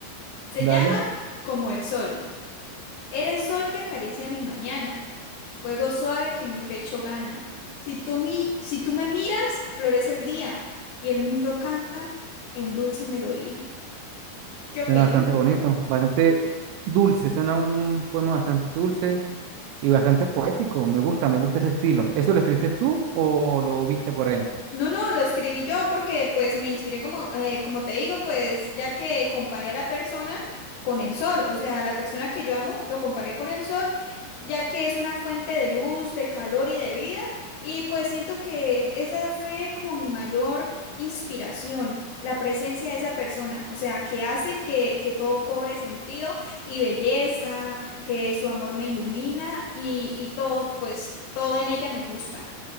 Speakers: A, on the left; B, on the right.
A: Se
B: Dale,
A: llama Como el sol. Eres sol que acaricia mi mañana fuego suave que en mi pecho gana. Si tú, mi, si tú me miras, florece el día y el mundo canta en dulce melodía. ¿Qué opinas?
B: suena bastante bonito, bastante dulce, suena un poema bastante dulce y bastante poético. Me gusta, me gusta ese estilo. ¿Eso lo escribiste tú o lo viste por ahí?
A: No, no, lo escribí yo porque pues me inspiré como, eh, como te digo, pues ya que comparé a la persona con el sol, o sea, la persona que yo amo lo comparé con el sol, ya que es una fuente de luz, de calor y de vida, y pues siento que esa fue como mi mayor inspiración, la presencia de esa persona, o sea, que hace que, que todo cobre sentido y belleza, que su amor me ilumina y, y todo, pues todo en ella me gusta.